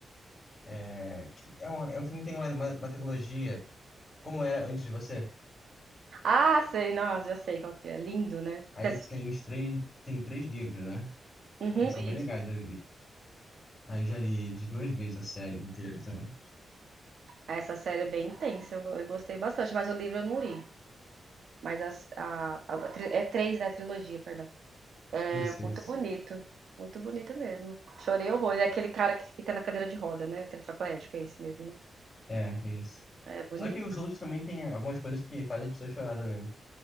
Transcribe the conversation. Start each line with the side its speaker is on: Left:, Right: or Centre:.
Left: É, que é, uma, é um filme que tem uma, uma, uma trilogia. Como era antes de você?
Right: Ah, sei, nossa, já sei qual que é. Lindo, né?
Left: Aí
Right: Você assis-
Left: tem os três, tem três livros, né?
Right: Uhum,
Left: Aí são bem
Right: isso.
Left: legais. Eu, aí eu já li de duas vezes a série inteira. Então,
Right: Essa série é bem intensa, eu, go- eu gostei bastante, mas o livro eu não li. Mas as- a, a- a tri- é três da trilogia, perdão. É
Left: isso, isso.
Right: muito bonito. Muito bonito mesmo. Chorei horrores. É aquele cara que fica na cadeira de roda, né? O tetraplégico, é esse mesmo, né?
Left: É, isso.
Right: É bonito.
Left: Só que os outros também têm algumas coisas que fazem as pessoas chorar também.